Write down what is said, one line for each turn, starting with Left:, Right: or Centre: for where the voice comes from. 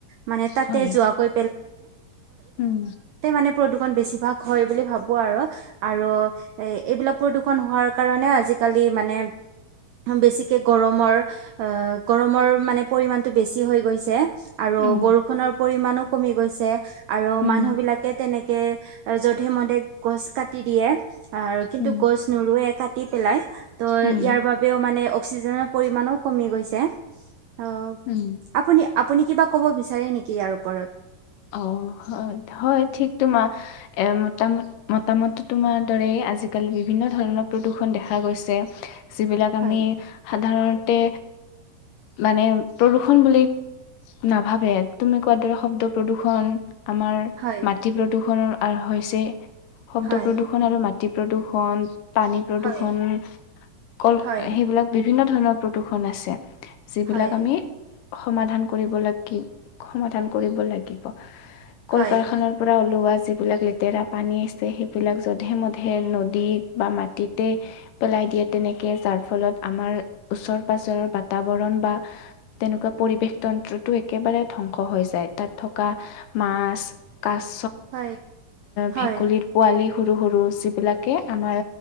Right: মানে তাতে
Left: হয়
Right: যোৱাকৈ
Left: উম
Right: প্ৰদূৰষণ বেছিভাগ হয় বুলি ভাবো আৰু আৰু এ এইবিলাক প্ৰদূষণ হোৱাৰ কাৰণে আজিকালি মানে বেছিকে গৰমৰ অ', গৰমৰ মানে পৰিমানণটো বেছি হৈ গৈছে। আৰু
Left: উম
Right: বৰষুণৰ পৰিমানো কমি গৈছে আৰু
Left: উম
Right: মানুহ বিলাকে তেনেকে যধে মধে গছ কাটি দিয়ে আৰু কিন্তু
Left: উম
Right: গছ নৰুোৱে কাটি পেলাই ত'
Left: উম
Right: ইয়াৰ বাবেও মানে অক্সিজেনৰ পৰিমাণো কমি গৈছে অ
Left: উম
Right: আপুনি আপুনি কিবা ক'ব বিচাৰে নেকি ইয়াৰ ওপৰত
Left: অ', হয় হয় ঠিক তোমাৰ এ মোটামুট মতামত তোমাৰ দৰে আজিকালি বিভিন্ন ধৰণৰ প্ৰদূৰণ দেখা গৈছে যিবিলাক আমি
Right: হয়
Left: সাধাৰণতে মানে প্ৰদূষন বুলি নাভাবে তুমি কোৱাৰ দৰে শব্দ প্ৰদূষণ আমাৰ
Right: হয়
Left: মাটি প্ৰদূষণৰ হৈছে। শব্দ
Right: হয়
Left: প্ৰদূষণ আৰু মাটি প্ৰদূষণ। পানী প্ৰদূৰ্ষন
Right: হয়
Left: কল
Right: হয়
Left: সেইবিলাক বিভিন্ন ধৰণৰ প্ৰদূৰ্ষন আছে। যিবিলাক
Right: হয়
Left: আমি সমাধান কৰিব লাগিব সমাধান কৰিব লাগিব কল
Right: হয়
Left: কাৰখানাৰ পৰা ওলোৱা যিবিলাক লেতেৰা পানী আছে, সেইবিলাক জধে মধে নদীত বা মাটিটে পেলাই দিয়ে তেনেকে যাৰ ফলত আমাৰ ওচৰ পাজৰৰ বাতাবৰণ বা তেনেকুৱা পৰিৱেশ দেশতন্ত্ৰটো একেবাৰে ধ্বংস হৈ যায় তাত থকা মাছ কাছ
Right: হয়
Left: ভেকুলীত
Right: হয়
Left: পোৱালি ৰু সৰু যিবিলাকে আমাৰ